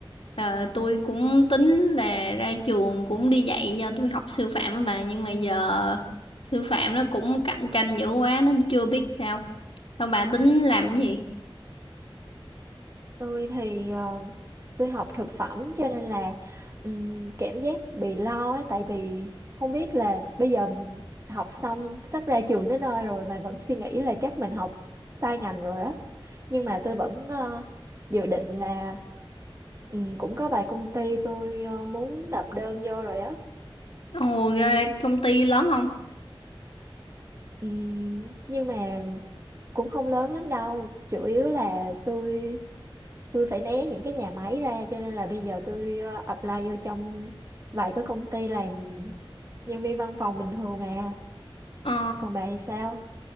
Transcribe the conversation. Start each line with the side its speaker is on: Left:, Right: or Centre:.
Left: ờ, tôi cũng tính là ra trường cũng đi dạy do tôi học sư phạm á bà nhưng mà giờ sư phạm nó cũng cạnh tranh dữ quá nên chưa biết sao. Sao bà tính làm cái gì?
Right: Tôi thì ờ, tôi học thực phẩm cho nên là ừm, cảm giác bị lo á, tại vì không biết là bây giờ học xong sắp ra trường tới nơi rồi mà vẫn suy nghĩ là chắc mình học sai ngành rồi á. Nhưng mà tôi vẫn ờ, dự định là ừm, cũng có vài công ty tôi ờ, muốn nộp đơn vô rồi á.
Left: Ồ, ra công ty lớn không?
Right: Ừ, nhưng mà cũng không lớn lắm đâu chủ yếu là tôi tôi phải né những cái nhà máy ra cho nên là bây giờ tôi ờ, apply vô trong vài cái công ty làm nhân viên văn phòng bình thường à
Left: Ờ,
Right: còn bà thì sao